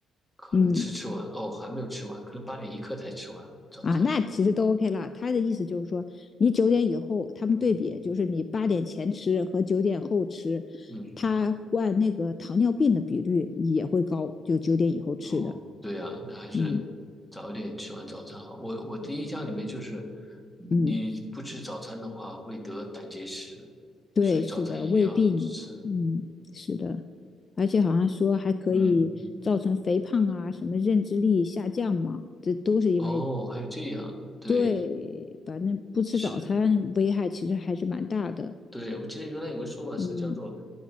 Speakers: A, in the centre; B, on the left.
A: 可能吃吃完，
B: 嗯。
A: 哦，还没有吃完，可能八点一刻才吃完早餐。
B: 啊，那其实都 OK 了。他的意思就是说，你九点以后，他们对比就是你八点前吃和九点后吃，
A: 嗯嗯，
B: 他患那个糖尿病的比率也会高，就九点以后吃的。
A: 哦，对呀，那还是早一点吃完早餐好。
B: 嗯
A: 我我的印象里面就是，你不吃早餐的话会得胆结石，
B: 嗯，对，
A: 所以早餐一定要吃。
B: 是的，胃病，嗯，是的，而且好像说还可以造成肥胖啊，
A: 嗯，
B: 什么认知力下降嘛，这都是因为
A: 哦，还有这样，对，
B: 对，反正不吃早餐危害其实还是蛮大的。
A: 是。对，我记得原来有个说法是叫做，
B: 嗯。